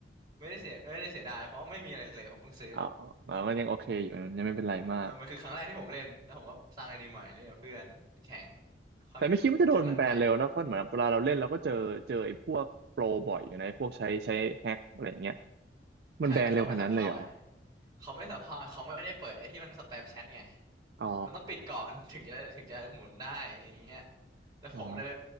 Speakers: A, on the right; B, on the right.
A: ไม่ได้เสียไม่ได้เสียดายเพราะว่าไม่มีอะไรเลยผมเพิ่งซื้อ
B: เอาเอามันยังโอเคอยู่มันยังไม่เป็นไรมาก
A: เออมันคือครั้งแรกที่ผมเล่นแล้วผมก็สร้างไอดีใหม่เล่นกับเพื่อนแข่งค่อยเป็นช่วงนั้นไป
B: แต่ไม่คิดว่าจะโดนแบนเร็วนะเพราะเหมือนเวลาเราเล่นเราก็เจอเจอไอ้พวกโปรบ่อยอยู่นะไอ้พวกใช้ใช้แฮ็กอะไรอย่างเงี้ยมันแบนเร็วขนาดนั้นเลยเหรอ
A: ใช่แต่เขาไม่สับเพ่าไงเขาไม่สับเพ่าเขาไม่ได้เปิดไอ้ที่มันสแปมแชทไง
B: อ๋อ
A: มันต้องปิดก่อน <laughs> ถึงจะถึงจะหมุนได้อย่างเงี้ยแต่ผมเลย
B: อ๋อ